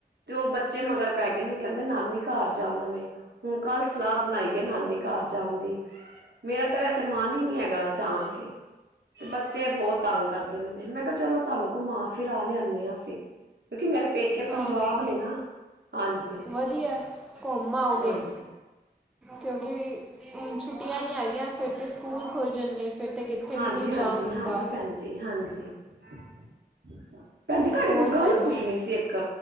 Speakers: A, on the right; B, in the centre.
A: ਤੇ ਉਹ ਬੱਚੇ ਮਗਰ ਪੈ ਗਏ ਨੇ ਕਹਿੰਦੇ ਨਾਨੀ ਘਰ ਜਾਣਾ ਵੈਂ, ਹੁਣ ਕੱਲ ਸਲਾਹ ਬਣਾਈਏ ਨਾਨੀ ਘਰ ਜਾਣ ਦੀ ਮੇਰਾ ਤਾਂ ਵੈਸੇ ਮਨ ਹੀ ਨੀ ਹੈਗਾ ਜਾਣ ਤੇ ਤੇ ਬ ਬਹੁਤ ਤੰਗ ਕਰਦੇ ਪਿਏ ਨੇ ਮੈਂ ਕਿਹਾ ਚਲੋ ਤੁਹਾਨੂੰ ਘੁੰਮਾ ਫਿਰਰਾ ਲਿਆਣੇ ਆਂ ਹਾਂ ਅਸੀਂ ਕਿਉਂਕਿ ਮੇਰੇ ਪੇਕੇ ਪੰਜਾਬ
B: ਹਾਂ
A: ਨੇ ਨਾ ਹਾਂਜੀ,
B: ਵਧੀਆ ਘੁੰਮ ਆਓਗੇ
A: ਹਾਂਜੀ
B: ਕਿਉਂਕਿ ਛੁੱਟੀਆਂ ਹੀ ਹੈਗੀਆਂ ਫਿਰ ਤੇ ਸਕੂਲ ਖੁੱਲ ਜਾਣਗੇ। ਫਿਰ ਤੇ ਕਿੱਥੇ
A: ਹਾਂਜੀ,
B: ਵੀ ਨਹੀਂ
A: ਹਾਂਜੀ,
B: ਜਾ ਹੁੰਦਾ
A: ਹਾਂਜੀ ਭੈਣਜੀ ਹਾਂਜੀ ਬਿਲਕੁਲ। ਭੈਜੀ ਤੁਹਾਡੇ
B: ਹੋਰ
A: ਕੋਲ ਗੱਲ
B: ਭੈਣ ਜੀ
A: ਪੁੱਛਣੀ ਸੀ ਇੱਕ